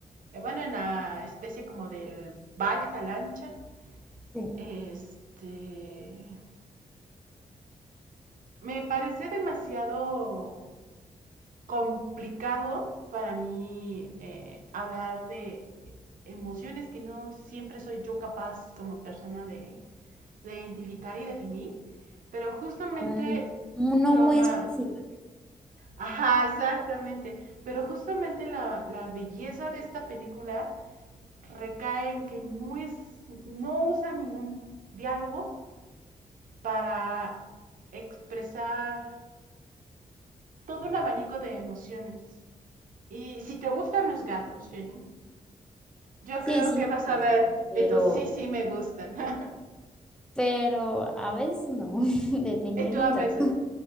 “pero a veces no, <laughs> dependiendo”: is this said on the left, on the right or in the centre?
Centre